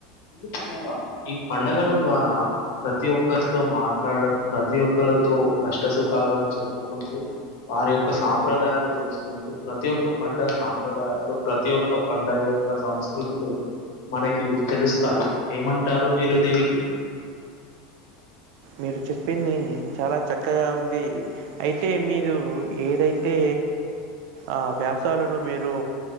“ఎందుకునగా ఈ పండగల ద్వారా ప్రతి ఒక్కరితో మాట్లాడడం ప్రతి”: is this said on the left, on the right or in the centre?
Left